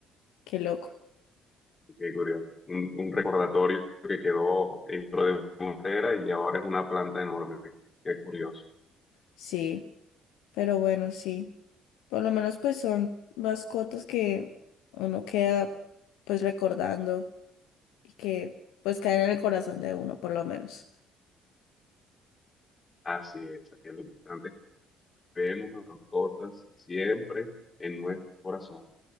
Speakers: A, on the left; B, on the left.
A: qué loco.
B: Qué curioso. Un, un recordatorio que quedó dentro de una pecera y ahora es una planta enorme. Qué curioso.
A: Sí, pero bueno, sí. Por lo menos pues son mascotas que uno queda pues recordando y que pues caen en el corazón de uno, por lo menos.
B: Así es. así es. Lo importante es que vemos a las mascotas siempre en nuestros corazones.